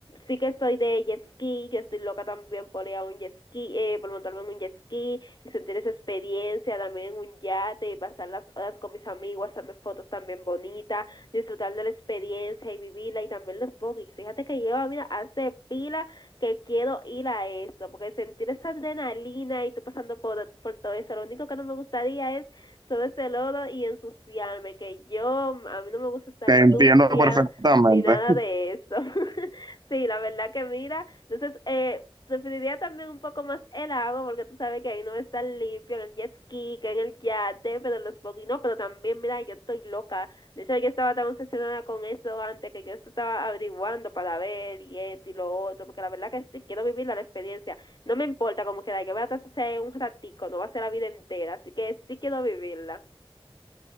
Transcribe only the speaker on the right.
Te entiendo
perfectamente.